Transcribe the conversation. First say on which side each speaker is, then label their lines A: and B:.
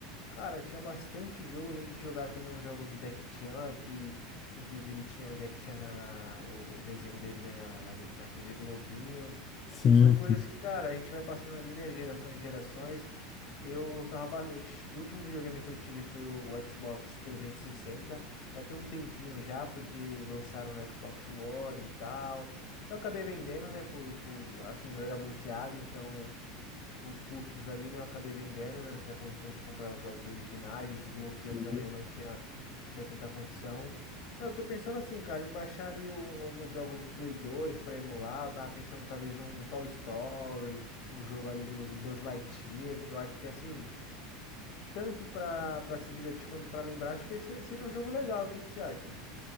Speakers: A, on the left (about 55°); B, on the left (about 25°).
A: Cara, tinha bastante jogo. Eu lembro de jogar também uns jogos do Jack Chan, que, que inclusive tinha o Jack Chan, na, na- o, o desenho dele, né, na, na, na TV Globinho.
B: Sim,
A: E são coisas
B: sim,
A: que, cara, a gente vai passando ali, né, gerações e gerações. Eu gostava bastante. O último videogame que eu tive foi o, o Xbox 360. Já tem um tempinho já, porque lançaram no Xbox One e tal. Eu acabei vendendo, né, por, por assim, o meu era bloqueado, então por cursos ali, né? Eu acabei vendendo, né? Não tinha condições de comprar os jogos originais, o desbloqueio
B: sim.
A: também eu não tinha, tinha tanta condição. Mas Eu tô pensando assim, cara, em baixar ali um- alguns jogos do Play 2 pra emular. Eu tava pensando talvez um, um Toy Story, um jogo ali do, do Buzz Lightyear, que eu acho que assim, tanto pra, pra se divertir quanto pra lembrar, acho que esse seria um jogo legal. O que que você acha?